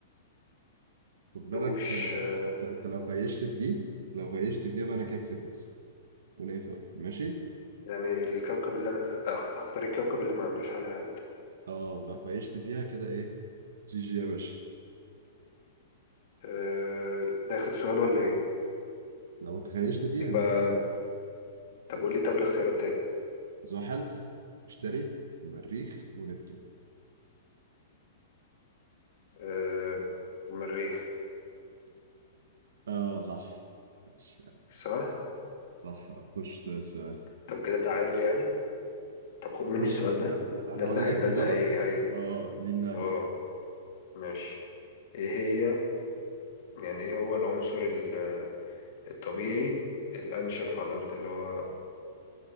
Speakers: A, on the right (about 85°); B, on the left (about 50°).
A: خد
B: عندهوش
A: بالك آه،
B: آه،
A: انت انت لو خيشت في دي لو خيشت في دي يبقى انا كده كسبت ونقفل ماشي
B: يعني الكوكب اللي انا أخ- اختار الكوكب اللي ما عندوش حلقات
A: اه لو خيشت فيها كده ايه جي جي يا باشا
B: آه، ده اخر سؤال ولا ايه
A: لو انت خيشت فيها
B: يبقى طب قول لي طب الاختيارات تاني
A: زحل مشتري المريخ ونبتون
B: آه، المريخ
A: اه صح ماشي يلا.
B: صح
A: صح خش ده السؤال
B: طب كده تعادل يعني طب خد مني
A: خش
B: السؤال
A: لا
B: ده
A: لا لا
B: ده
A: لو
B: اللي
A: انا
B: هي
A: جبته
B: ده اللي
A: غلط
B: هي هي
A: اه دي النهاية
B: اه
A: كده
B: ماشي ايه هي يعني ايه هو العنصر ال- الطبيعي الانشف على الارض اللي هو